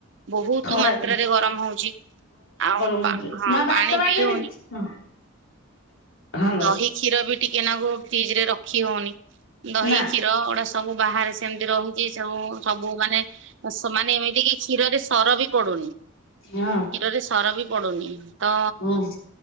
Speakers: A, on the right; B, on the left.
A: ବୋହୁତୁ
B: ଖରା
A: ମାତ୍ରାରେ ଗରମ ହୋଉଚି ଆଉ
B: ହଁ ଯେ ମା ଭାତ
A: ପାଣି
B: ବାଢ଼ିଦେବି
A: ପିଇ ହଉନି
B: ହଁ ହଲୋ
A: ଦହି କ୍ଷୀର ବି ଟିକେନାକୁ ଫ୍ରିଜରେ ରଖି ହୋଉନି। ଦହି
B: ନା
A: କ୍ଷୀର ଗୁଡା ସବୁ ବାହାରେ ସେମିତି ରହିକି ସବୁ ସବୁ ମାନେ ସେମାନେ ଏମିତି କି କ୍ଷୀରରେ ସର ବି ପଡୁନି କ୍ଷୀରରେ
B: ହଁ
A: ସର ବି ତ
B: ହୁଁ